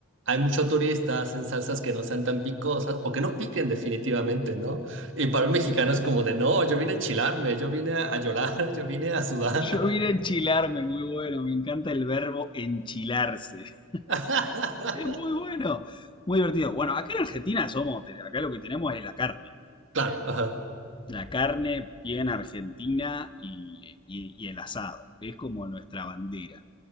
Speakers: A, on the right; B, on the left.
A: hay muchos turistas en salsas que no sean tan picosas o que no piquen definitivamente, ¿no? Y para un mexicano es como de, no, yo vine a enchilarme, yo vine a, a llorar, <laughs> yo vine a sudar.
B: Yo vine a enchilarme, muy bueno, me encanta el verbo enchilarse. <laughs>
A: <laughs>
B: Es muy bueno, muy divertido. Bueno, acá en Argentina somos, acá lo que tenemos es la carne.
A: Claro, ajá,
B: La carne bien argentina y, y- y el asado. Es como nuestra bandera.